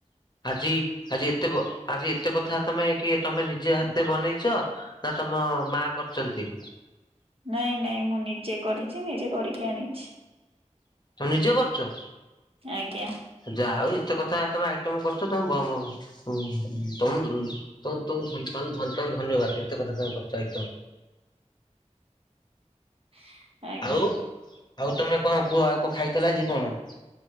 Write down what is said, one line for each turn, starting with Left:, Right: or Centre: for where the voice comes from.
Left: ଆଜି ଆଜି ଏତେ ଆଜି ଏତେ କଥା ତମେ କିଏ ତମେ ନିଜେ ହାତେ ବନେଇଛ ନା ତମ ମା କରିଛନ୍ତି?
Right: ନାଇଁ ନାଇଁ ମୁଁ ନିଜେ କରିଛି ନିଜେ କରିକି ଆଣିଛି।
Left: ତମେ ନିଜେ କରିଛ।
Right: ଆଜ୍ଞା।
Left: ଯା ହଉ ଏତେ କଥା ତମେ ଆଇଟମ କରିଛ ତମେ ବ ମ। ହୁଁ ଉଁ ତମକୁ ଉଁ ତମକୁ ତମକୁ ଧନ ତମକୁ ତମକୁ ଧନ୍ୟବାଦ ଏତେ କଥା ତମେ କଥା ତମେ କରିଛ ଆଇଟମ।
Right: ଛିଁ
Left: ଆଉ ଆଉ ତମେ କଁ କୁହ ଆଉ କଁ ଖାଇଥିଲ ଆଜି କଣ